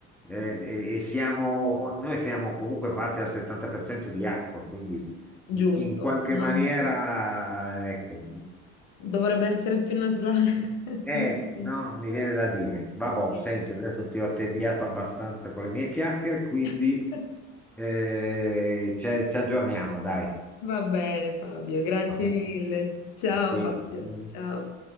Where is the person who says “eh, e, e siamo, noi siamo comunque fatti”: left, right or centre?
Centre